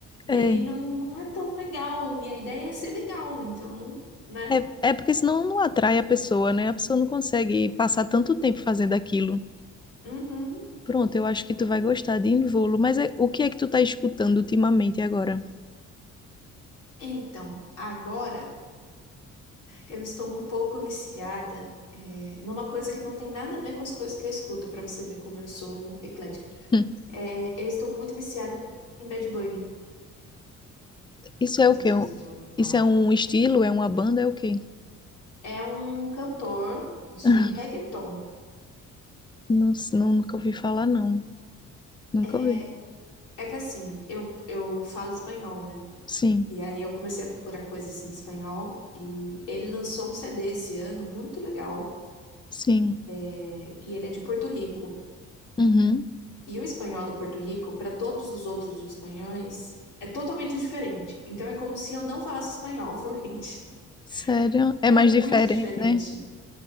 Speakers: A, on the left; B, on the left.
A: E
B: é.
A: aí não, não é tão legal. E a ideia é ser legal, então, né?
B: É, é porque senão não atrai a pessoa, né? A pessoa não consegue passar tanto tempo fazendo aquilo.
A: Uhum.
B: Pronto, eu acho que tu vai gostar de Involo, mas é- o que é que tu tá escutando ultimamente agora?
A: Então, agora eu estou um pouco viciada, é, numa coisa que não tem nada a ver com as coisas que eu escuto, pra você ver como eu sou eclética.
B: Hum.
A: É, eu estou muito viciada em Bad Bunny.
B: Isso é
A: Não
B: o
A: sei
B: quê?
A: se
B: Um-
A: você já ouviu falar.
B: Isso é um estilo? É uma banda? É o quê?
A: É um cantor de
B: <laughs>
A: reggaeton.
B: Não, s- não- nunca ouvi falar, não. Nunca
A: é
B: ouvi.
A: É que assim, eu, eu falo espanhol, né?
B: Sim,
A: E aí eu comecei a procurar coisas em espanhol e ele lançou um CD esse ano muito legal
B: sim.
A: é, e ele é de Porto Rico.
B: Uhum.
A: E o espanhol do Porto Rico, para todos os outros espanhóis, é totalmente diferente. Então é como se eu não falasse espanhol fluente. <laughs>
B: Sério?
A: É
B: É mais
A: muito
B: diferente,
A: diferente.
B: né?